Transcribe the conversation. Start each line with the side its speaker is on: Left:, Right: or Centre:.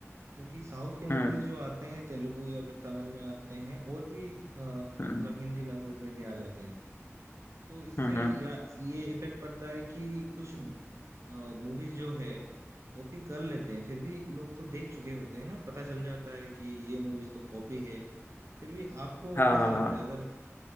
Right: क्योंकि साउथ के मूवीज
Left: हम्म
Right: जो आते हैं तेलुगु या फिर तमिल में आते हैं और भी अ,
Left: हम्म
Right: मतलब हिंदी लैंग्वेज में भी आ जाते हैं तो इससे
Left: हम्म हम्म,
Right: या ये इफेक्ट पड़ता है कि कुछ मूवीज जो है कॉपी कर लेते हैं फिर भी लोग तो देख चुके होते हैं ना पता चल जाता है कि ये मूवीज तो कॉपी है फिर भी आपको
Left: हाँ
Right: कैसा
Left: हाँ
Right: लगता
Left: हाँ। हाँ।
Right: है अगर अ,